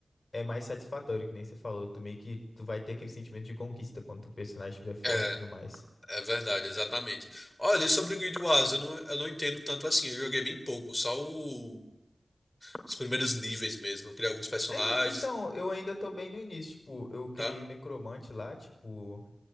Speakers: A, on the left; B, on the left.
A: é mais satisfatório, que nem você falou, tu meio que, tu vai ter aquele sentimento de conquista quando o personagem estiver forte
B: É,
A: e tudo mais.
B: é verdade, exatamente. Olha, e sobre o Guild Wars, eu não, eu não entendo tanto assim. Eu joguei bem pouco, só o os primeiros níveis mesmo. Eu criei alguns personagens,
A: É, en- então, eu ainda tô bem no início, tipo, eu criei
B: tá?
A: o necromante lá, tipo,